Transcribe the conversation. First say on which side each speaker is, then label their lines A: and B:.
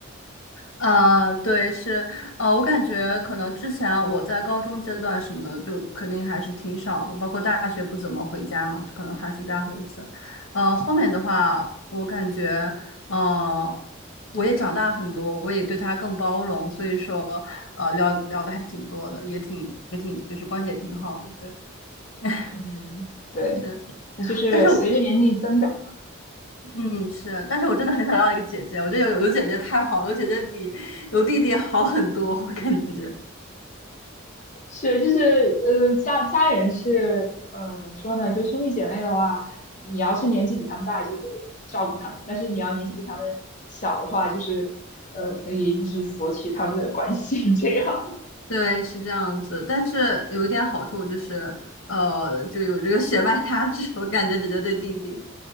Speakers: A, on the left; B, on the left.
A: 啊，对是，呃，我感觉可能之前我在高中阶段什么的，就肯定还是挺少的，包括大学不怎么回家嘛，就可能寒暑假回一次。呃，后面的话，
B: 嗯。<laughs>
A: 我感觉，呃，我也长大很多，我也对他更包容，所以说，呃，聊聊的还是挺多的，也挺也挺，就是关系也挺好的，对。<laughs>
B: 嗯，对，
A: 是，
B: 那就是随着年龄增长，
A: 但是我嗯，是，但是我真的很想要一个姐姐，我觉得有有姐姐太好了，有姐姐比有弟弟好很多，我感觉。
B: 是就是呃家家人是呃怎么说呢？就兄弟姐妹的话，你要是年纪比他们大，就得照顾他们；但是你要年纪比他们小的话，就是呃可以就是索取他们的关心这样。
A: 对，是这样子，但是有一点好处就是，呃，就有这个血脉压制，我感觉姐姐对弟弟，